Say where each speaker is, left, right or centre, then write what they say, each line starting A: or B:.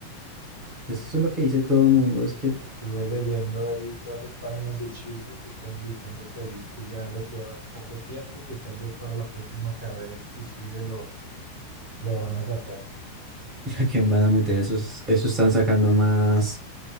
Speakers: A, on the right; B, on the right.
A: Pues eso es lo que dice todo el mundo, es que
B: Estuve leyendo ahí todas esas páginas de chismes que estaban diciendo que a Yuki ya le queda poco tiempo, que tal vez para la próxima carrera inclusive lo, lo van a sacar.
A: <laughs> ¿a quién van a meter esos? Eso están sacando más,